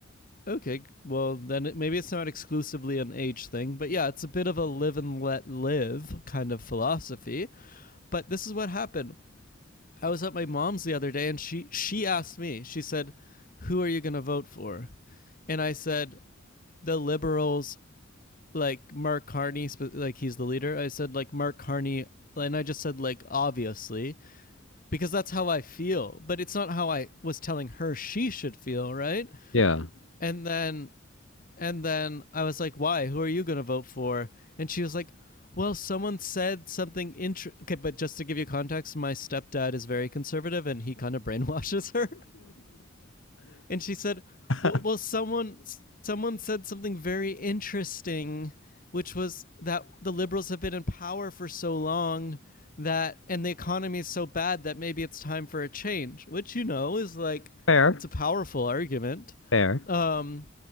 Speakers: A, on the left (about 45°); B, on the left (about 70°).
A: okay well then it, maybe it's not exclusively an age thing but yeah it's a bit of a live and let live kind of philosophy but this is what happened I was at my mom's the other day and she she asked me. She said, "Who are you going to vote for?" And I said, "The liberals like Mark Carney, like he's the leader." I said like Mark Carney and I just said like obviously because that's how I feel, but it's not how I was telling her she should feel, right?
B: Yeah.
A: And then and then I was like, why? Who are you going to vote for? And she was like, well, someone said something interesting. Okay, but just to give you context, my stepdad is very conservative and he kind of <laughs> brainwashes her and she said,
B: <laughs>
A: "Well, well, someone someone said something very interesting, which was that the liberals have been in power for so long." That and the economy is so bad that maybe it's time for a change, which you know is like
B: Fair,
A: it's a powerful argument.
B: fair.
A: Um,